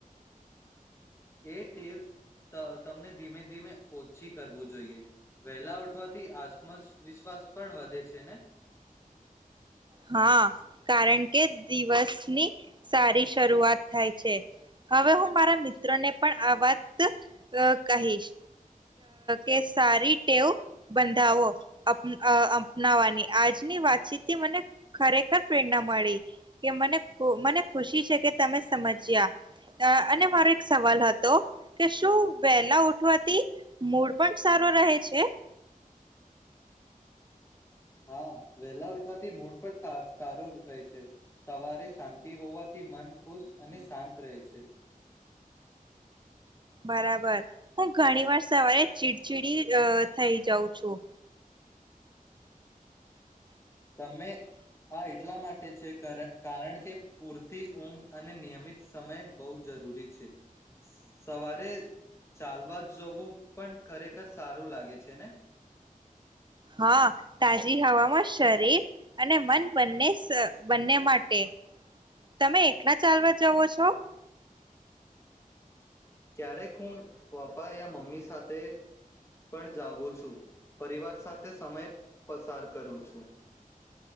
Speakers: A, on the left; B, on the right.
A: એ ટેવ તમને ધીમે ધીમે ઓછી કરવું જોઈએ વહેલા ઉઠવાથી આત્મસવિશ્વાસ પણ વધે છે ને
B: હા, કારણ કે દિવસની સારી શરૂઆત થાય છે, હવે હું મારા મિત્રોને પણ આ વાત કહીશ કે સારી ટેવ બંધાવો અપનાવાની આજની વાતચીત થી મને ખરેખર પ્રેરણા મળી કે મને મને ખુશી છે કે તમે સમજ્યા અને મારો એક સવાલ હતો કે શું વહેલા ઉઠવાથી મૂડ પણ સારો રહે છે
A: હા, વેલા ઉઠવાથી મૂડ પણ સારો રહે છે સવારે શા શાંતી હોવાથી મન ખુશ અને શાંત રહે છે
B: બરાબર હું ઘણી વાર સવારે ચીડચીડી થઇ જાઉં છું
A: તમે આ એટલા માટે છે કારણ કે પૂરતી ઊંઘ અને નિયમિત સમય બહુ જરૂરી છે સવારે ચાલવા જવું પણ ખરેખર સારું લાગે છે ને
B: હા તાજી હવામાં શરીર અને મન બંને <unintelligible> બંને માટે તમે એકલા ચાલવા જવો છો?
A: ક્યારેક હું પપ્પા યા મમ્મી સાથે પણ જાવું છું પરિવાર સાથે સમય પસાર કરું છું.